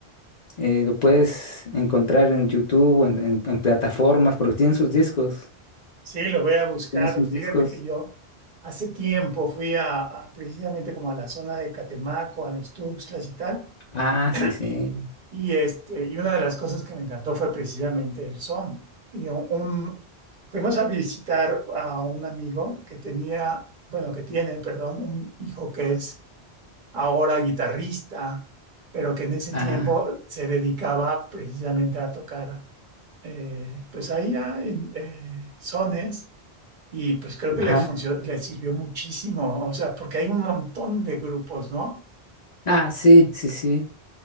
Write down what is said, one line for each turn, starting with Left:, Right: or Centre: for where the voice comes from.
Left: eh, lo puedes encontrar en YouTube o en, en- en plataformas, porque tienen sus discos.
Right: sí, lo voy a buscar.
Left: Tienen sus
Right: Fíjate
Left: discos.
Right: que yo hace tiempo fui a, a precisamente como a la zona de Catemaco, a los Tuxtlas y tal.
Left: Ah, sí, sí.
Right: Y, y, este, y una de las cosas que me encantó fue precisamente el son. Y un, un- fuimos a visitar a un amigo que tenía, bueno, que tiene, perdón, un hijo que es ahora guitarrista, pero que en ese
Left: Ah,
Right: tiempo se dedicaba precisamente a tocar, eh, pues ahí a- en, eh, sones, y pues creo que le
Left: ajá.
Right: funcionó le sirvió muchísimo, o sea, porque hay un montón de grupos, ¿no?
Left: Ah, sí, sí, sí.